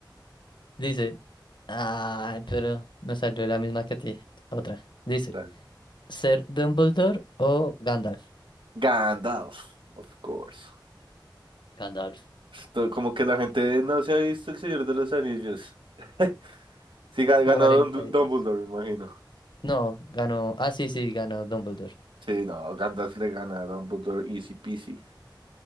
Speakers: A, on the left (about 70°); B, on the right (about 85°).
A: Dice... Ah, pero me salió la misma que a ti. Otra. Dice,
B: Dale.
A: ¿ser Dumbledore o Gandalf?
B: Gandalf, of course.
A: Gandalf.
B: To- Como que la gente no se ha visto El Señor de los Anillos. <laughs> Sí, ga-
A: cuarenta
B: ganó Don Du-
A: y
B: Dumbledore,
A: dos,
B: me imagino.
A: No, ganó. Ah, sí, sí, ganó Dumbledore.
B: Sí, no, Gandalf le gana a Dumbledore easy peasy.